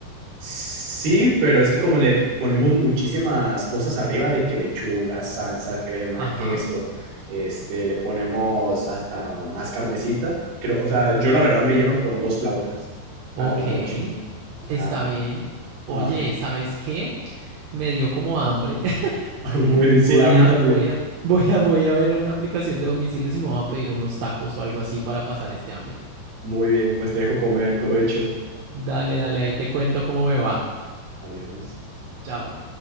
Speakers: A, on the right; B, on the right.
A: Sí, pero es que como le ponemos muchísimas cosas arriba de que lechuga, salsa, crema,
B: Ajá.
A: queso, este, le ponemos hasta más carnecita. Creo, o sea, yo la verdad me lleno con dos flautas
B: Ok,
A: para la noche. O sea,
B: está bien. Oye,
A: Ajá.
B: ¿sabes qué? Me dio como hambre. <laughs>
A: <laughs> Muy,
B: Voy
A: sí, a mí
B: a,
A: también.
B: voy a, Mm. voy a, voy a ver una aplicación de domicilios y me voy a pedir unos tacos o algo así para pasar este hambre.
A: Muy bien, pues te dejo comer, provecho.
B: Dale, dale, ahí te cuento cómo me va.
A: Adiós.
B: Chao.